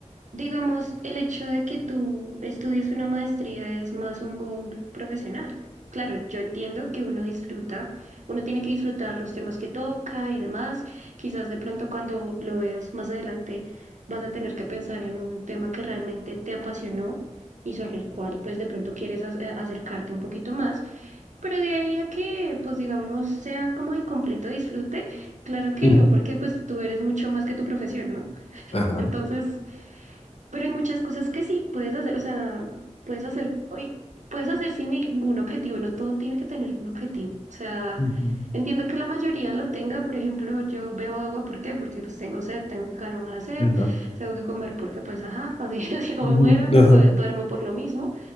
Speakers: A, on the right (about 75°); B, on the left (about 50°).
A: Digamos, el hecho de que tú estudies una maestría es más un goal profesional. Claro, yo entiendo que uno disfruta, uno tiene que disfrutar los temas que toca y demás. Quizás de pronto cuando lo veas más adelante vas a tener que pensar en un tema que realmente te apasionó y sobre el cual pues de pronto quieres ac- a- acercarte un poquito más. Pero de ahí a que pues digamos sea como de completo disfrute, claro que
B: Ujú,
A: no, porque pues tú eres mucho más que tu profesión, ¿no?
B: Ajá.
A: Entonces, pero hay muchas cosas que sí puedes hacer, o sea, puedes hacer, uy, puedes hacer sin ningún objetivo, no todo tiene que tener un objetivo. O sea,
B: ujú,
A: entiendo que la mayoría lo tenga, por ejemplo, yo bebo agua, ¿por qué? Porque pues tengo sed, tengo que calmar la sed,
B: Ajá.
A: tengo que comer porque pues ajá, así <laughs> si no
B: ujú,
A: me muero,
B: Ajá.
A: co- duermo por lo mismo.